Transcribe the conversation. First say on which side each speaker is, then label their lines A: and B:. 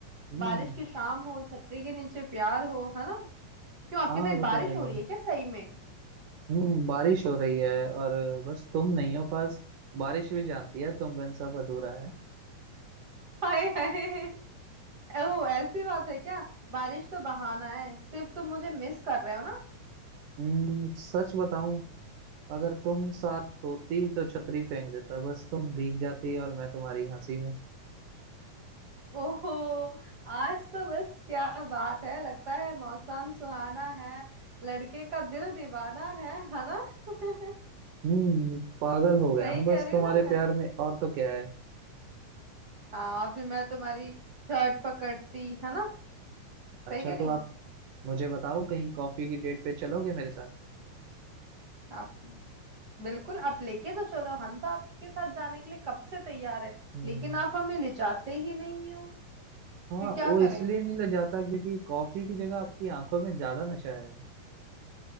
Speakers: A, on the right; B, on the right.
A: हम्म
B: बारिश की शाम हो छतरी के नीचे प्यार हो है ना क्यों आपकी
A: हाँ
B: साइड
A: वो
B: बारिश
A: तो है ही
B: हो
A: है
B: रही है क्या सही में
A: हम्म बारिश हो रही है और बस तुम नहीं हो पास बारिश भी जानती है तुम बिन सब अधूरा है
B: <laughs> हाय हाय ओह ऐसी बात है क्या बारिश तो बहाना है सिर्फ तुम मुझे मिस कर रहे हो ना
A: हम्म सच बताऊं अगर तुम साथ होती तो छतरी फेंक देता बस तुम भीग जाती और मैं तुम्हारी हंसी में <laughs>
B: ओहो आज तो बस क्या बात है लगता है मौसम सुहाना है लड़के का दिल दीवाना है है ना <laughs>
A: हम्म पागल हो गया
B: सही
A: हूँ बस
B: कह रही
A: तुम्हारे
B: हूँ ना मैं
A: प्यार में और तो क्या है
B: हाँ फिर मैं तुम्हारी शर्ट पकड़ती है ना
A: अच्छा
B: सही कह रही
A: तो
B: हूँ
A: आप मुझे बताओ कहीं कॉफी की डेट पे चलोगे मेरे साथ
B: आप बिल्कुल आप लेके तो चलो हम तो आपके साथ जाने के लिए कब से तैयार है
A: हम्म
B: लेकिन आप हमें ले जाते ही नहीं हो
A: हाँ
B: फिर क्या
A: वो इसलिए
B: करें
A: नहीं ले जाता क्योंकि कॉफी की जगह आपकी आंखों में ज्यादा नशा है